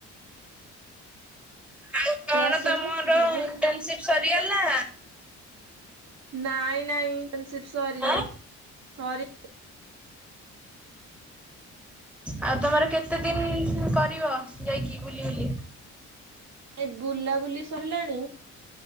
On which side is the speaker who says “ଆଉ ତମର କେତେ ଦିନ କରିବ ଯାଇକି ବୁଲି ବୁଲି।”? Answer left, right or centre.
Centre